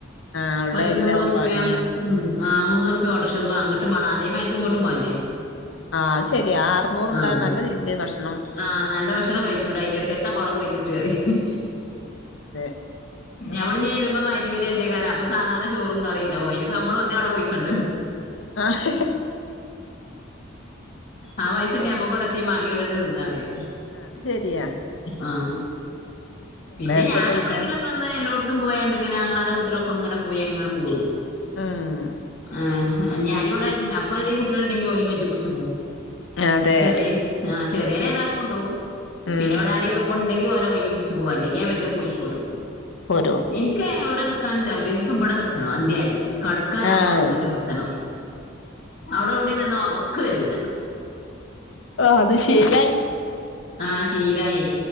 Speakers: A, on the left (about 75°); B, on the left (about 45°).
A: ആഹ് ഉള്ള
B: പത്തെണ്ണം
A: അരിയിലാവും
B: നൂറുപ്യ
A: പണിയാ
B: ഉം ആഹ് മൂന്നൂറുപ്യാ ഓട്ടറഷക്ക് അങ്ങട്ടും മാണം അതേമാരിക്ക് ഇങ്ങോട്ടും പോറന്റെ
A: ആഹ് അത് ശരിയാ ആ അറുനൂറുണ്ടേ
B: ആഹ്
A: നല്ല രീതിക്ക് ഭക്ഷണം വാങ്ങി
B: ആഹ്
A: കഴിക്
B: നല്ല ഭക്ഷണം കഴിച്ചുടെ അയിന്റെടക്ക് എത്താപ്പ അവടെ പോയിന്നിട്ട് പറയും
A: ഉം അതെ
B: ഞമ്മള് ഇന് ചെലുംമ്പോ മഹ്‌രിബ് ൻ്റെ നേരത്തേക്കാരം അപ്പം സാധാരണ ചോറും കറിണ്ടാവും അയ്നിപ്പ നമ്മള് വെറുതെ അവിടെ പോയിക്കണ്ടല്ലോ
A: ആഹ്
B: ആ പൈസേണ്ടെങ്കി നമ്മക്ക് ഇവിടെ ഒത്തിരി മാങ്ങേകൊണ്ടെന്ന് തിന്നാ പറയാ
A: അത് ശെരിയാ
B: ആഹ്
A: പിള്ളേർക്കൊക്കെ
B: പിന്നെ ഞൻ എപ്പോളെങ്കിലും
A: പിന്നെ
B: ക്ക് ഒന്ന് എല്ലോട്ത്തും പോയേണ്ട് ഇങ്ങനെ ആങ്ങളമാരെ വീട്ടിലൊക്കെങ്ങനെ പോയി അങ്ങനെ പോലും
A: ഉം
B: ആഹ് ഞാനിവിട അപ്പൊ ഏതെങ്കും കുട്ടികളുണ്ടെങ്കി ഓരും കജ് പുടിച്ചു പോകും
A: അതെ
B: ചെറിയൻ ആഹ് ചെറിയനെ ഏതായാലും കൊണ്ടോവും
A: ഉം
B: പിന്നെ ഇവടെ അരി വെപ്പ് പ്പ ണ്ടെങ്കി ഓരെ കയ്യ് പിടിച്ച് പോവാ അല്ലെങ്കി ഞാൻ പിന്നെ പോയി പോരും
A: പോരോ
B: ഇൻക്ക് ഏഹ് എവിടെ നിക്കാന് താൽപര്യ ഇൻക്ക് ഇബടെ നിക്കണം അന്തിയായാല് കടക്കാൻ നമ്മെള
A: ആഹ്
B: വീട്ടിലും എത്തണം അവിടെ ഇവിടെ നിന്ന ഒറക്ക് വരൂല്ല
A: ആഹ് അത് ശീലായി
B: ആഹ് ശീലായി